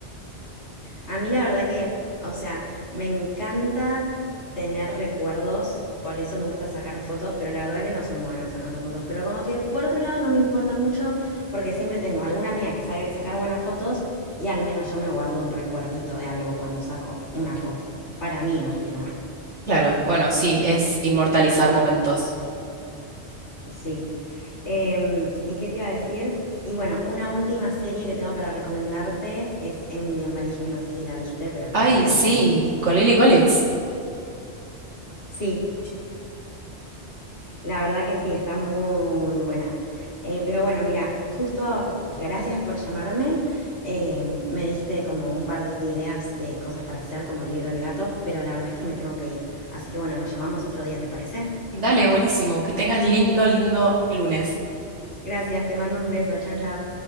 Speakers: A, on the left; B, on the right.
A: A mí la verdad que, o sea, me encanta tener recuerdos, por eso me gusta sacar fotos, pero la verdad que no soy muy buena sacando fotos. Pero como que por otro lado no me importa mucho, porque siempre tengo alguna amiga que sabe sacar buenas fotos y al menos yo me guardo un recuerdito de algo cuando saco una foto. Para mí más que nada.
B: Claro, bueno, sí, es inmortalizar momentos.
A: Sí. Em, ¿y qué te iba a decir? Y bueno, una última serie que tengo para recomendarte es Emily en París, que no sé si la viste, pero está
B: Ay,
A: bastante
B: sí,
A: buena.
B: con Lily Collins.
A: Sí, La verdad que sí, está muy buena. Eh, pero bueno, mira, justo gracias por llamarme. Eh, me diste como un par de ideas de cosas para hacer, como el libro del gato, pero la verdad es que me tengo que ir. Así que bueno, nos llamamos otro día, ¿te parece?
B: Dale, buenísimo. Que tengas lindo, lindo lunes.
A: Gracias, te mando un beso. Chao, chao.